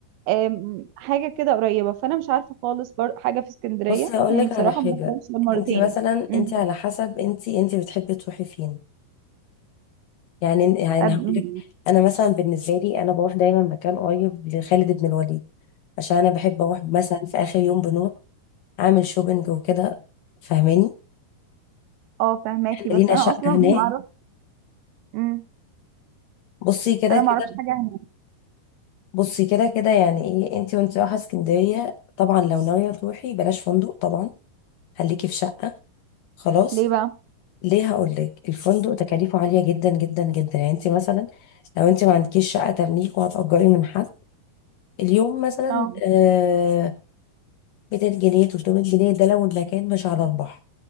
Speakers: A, on the right; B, on the left.
A: آم، حاجة كده قريبة فانا مش عارفة خالص برضه حاجة في اسكندرية
B: بصي هقول
A: يعني
B: لك
A: بصراحة
B: على حاجة
A: ما رحتهاش غير مرتين
B: انت مثلا
A: امم
B: انت على حسب انت انت بتحبي تروحي فين يعني يعني
A: أب-
B: هقول لك انا مثلا بالنسبة لي انا بروح دايما مكان قريب لخالد بن الوليد عشان انا بحب اروح مثلا في اخر يوم بنروح اعمل شوبينج وكده فاهماني
A: اه فهماكي
B: احنا
A: بس
B: لينا
A: انا
B: شقه
A: اصلا
B: هناك
A: ما اعرف امم
B: بصي كده
A: انا ما
B: كده
A: اعرفش حاجة
B: بصي كده كده يعني ايه انتي وانتي رايحه اسكندريه طبعا لو ناويه تروحي بلاش فندق طبعا خليكي في شقه خلاص
A: ليه بقى
B: ليه هقول لك الفندق تكاليفه عاليه جدا جدا جدا يعني انتي مثلا لو انتي ما عندكيش شقه تمليك وهتأجري من حد اليوم مثلا
A: اه
B: آه 200 جنيه 300 جنيه ده لو المكان مش على البحر